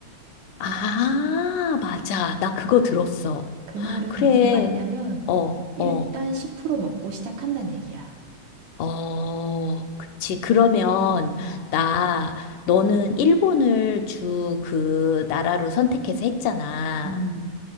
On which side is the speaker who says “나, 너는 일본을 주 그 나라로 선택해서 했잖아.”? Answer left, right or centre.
Left